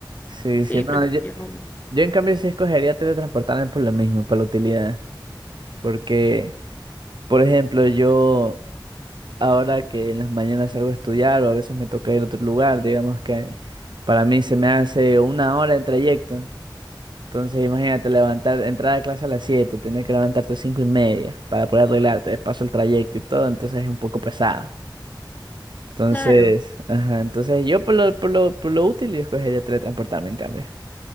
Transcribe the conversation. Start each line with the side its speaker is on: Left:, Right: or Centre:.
Right: Sí,
Left: sí,
Right: sí, no,
Left: preferiría
Right: yo,
Left: volar.
Right: yo en cambio sí escogería teletransportarme por lo mismo, por la utilidad. Porque, por ejemplo, yo ahora que en las mañanas salgo a estudiar o a veces me toca ir a otro lugar, digamos que para mí se me hace una hora de trayecto. Entonces imagínate levantar, entrar a clase a las siete tener que levantarte a 5 y media para poder arreglarte, de paso el trayecto y todo, entonces es un poco pesado. Entonces,
Left: Claro,
Right: ajá, entonces yo por lo, por lo, por lo útil yo escogería teletransportarme en cambio.